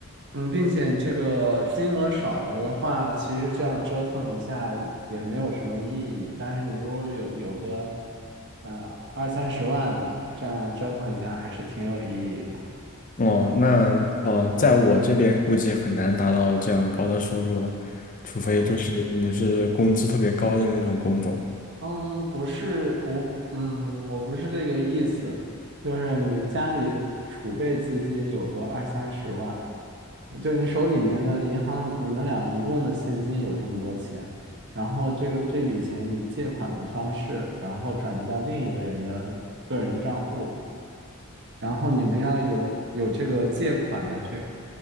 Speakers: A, on the right; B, on the left.
A: 嗯，并且这个金额少了的话，其实这样折腾一下也没有什么意义。但是你如果有有个呃二三十万，这样折腾一下还是挺有意义的。
B: 哦。那呃，在我这边估计很难达到这样高的收入了，除非就是你是工资特别高的那种工种。
A: 啊。嗯，不是我，嗯，我不是这个意思，就是你家里储备资金有个二三十万，就你手里面的银行，你们俩一共的现金有这么多钱，然后这个这笔钱以借款的方式，然后转移到另一个人的个人账户，然后你们要有有这个借款的这，